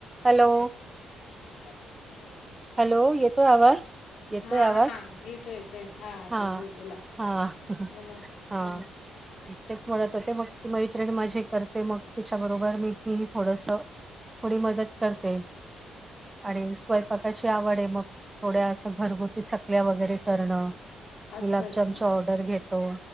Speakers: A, on the right; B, on the left.
A: Hello.
B: हॅल
A: hello, येतोय आवाज. येतोय
B: हा
A: आवाज?
B: हा येतो येतोय, हा
A: हां,
B: येतोय बोला.
A: हां,
B: हो ना,
A: हां.
B: हा.
A: तेच म्हणत होते, मग ती मैत्रिण माझी करते, मग तिच्या बरोबर मी तीही थोडसं. थोडी मदत करते आणि स्वय पकाची आवड आहे, मग थोड्या असं घरगुती चकल्या वगैरे करणं.
B: अच्छा
A: गुलाबजामची
B: अच्छा
A: ऑर्डर घेतो.